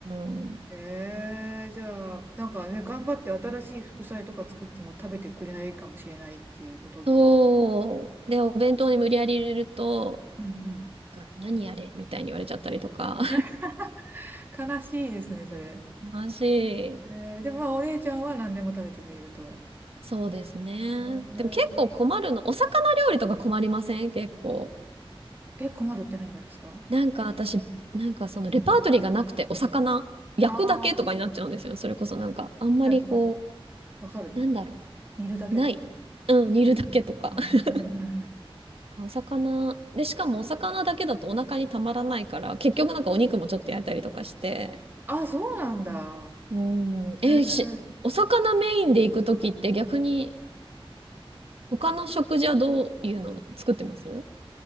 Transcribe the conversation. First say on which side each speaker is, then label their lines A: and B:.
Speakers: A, on the right (about 70°); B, on the right (about 20°).
A: ん。
B: へえ、じゃあ、なんかね、頑張って新しい副菜とか作っても食べてくれないかもしれないっていうことって。
A: そう。で、お弁当に無理やり入れると、
B: うんうん。
A: が何あれみたいに言われちゃったりとか。
B: <laughs> 悲しいですね、それ。
A: <laughs> マジ。
B: えー、でもまあお姉ちゃんは何でも食べてくれると。
A: そうですね。
B: えー、
A: でも結構困るの。お魚料理とか困りません結構。
B: え、困るって何がですか
A: なんか私、なんかそのレパートリーがなくて、お魚焼くだけとかになっちゃうんですよ。
B: ああー、
A: それこそなんか、あんまりこ
B: はいはい。わかる。
A: う、なんだろ
B: 煮るだけとか。
A: う。ない。うん、煮るだけとか。
B: うんうんうんはいはい
A: <laughs> お魚。で、しかもお魚だけだとお腹にたまらないから、結局なんかお肉もちょっと焼いたりとかして、
B: あ、そうなんだ。
A: うん。えーし、
B: えー、
A: お魚メインで行くときって逆に他の食事はどういうの作ってます